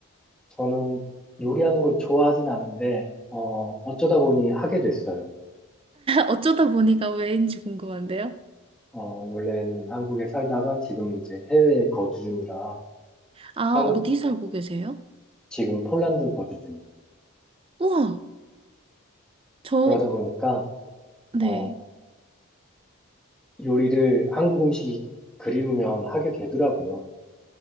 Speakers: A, in the centre; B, on the right (about 25°).
A: 저는 요리하는 걸 좋아하진 않은데 어, 어쩌다 보니 하게 됐어요.
B: 어쩌다 보니까 왜인지 궁금한데요.
A: 어, 원래는 한국에 살다가 지금 이제 해외에 거주 중이라
B: 아,
A: 한,
B: 어디 살고 계세요?
A: 지금 폴란드 거주 중.
B: 우와, 저,
A: 그러다 보니까
B: 네.
A: 어, 요리를 한국 음식이 그리우면 하게 되더라고요.